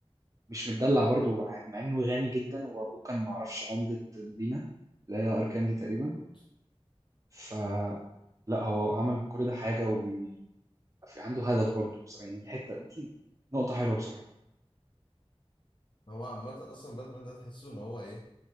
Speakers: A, on the right; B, on the left.
A: مش متدلع برضو مع مع انه غني جدا وابوه كان معرفش عمدة مدينة اللي هي اركان دي تقريبا
B: بالظبط
A: فلا هو عمل بكل ده حاجة وعنده هدف برضو بس يعني دي حتة دي نقطة حلوة بصراحة
B: هو عامة أصلا باتمان ده تحسه إن هو إيه